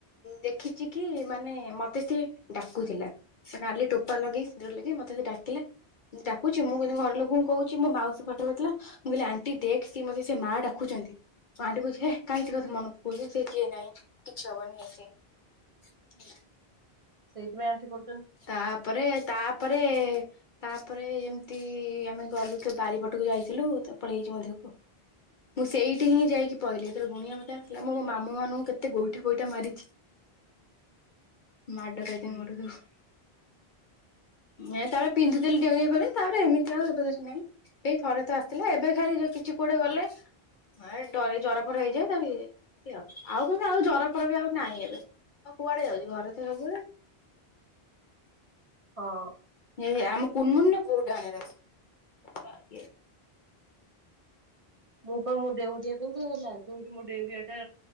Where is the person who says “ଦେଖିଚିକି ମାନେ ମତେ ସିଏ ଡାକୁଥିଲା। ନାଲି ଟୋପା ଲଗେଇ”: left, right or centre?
Left